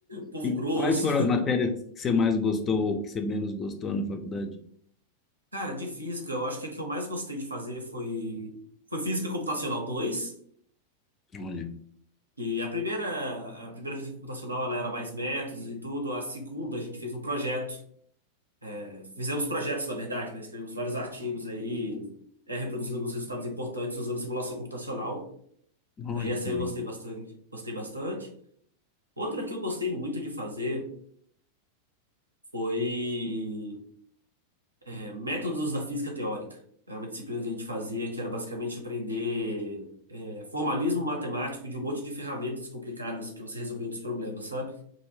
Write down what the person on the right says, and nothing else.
<laughs> Povo
grosso.
Cara, de física, eu acho que a que eu mais gostei de fazer foi, foi Física Computacional dois
E a primeira, a primeira física computacional ela era mais métodos e tudo. A segunda a gente fez um projeto. É, Fizemos projetos, na verdade, né? Escrevemos vários artigos aí, é, reproduzindo alguns resultados importantes usando simulação computacional.
né, E essa
aí
eu gostei bastante, gostei bastante. Outra que eu gostei muito de fazer foi é, Métodos da Física Teórica. Era uma disciplina que a gente fazia que era basicamente aprender. é, formalismo matemático de um monte de ferramentas complicadas para você resolver outros problemas, sabe?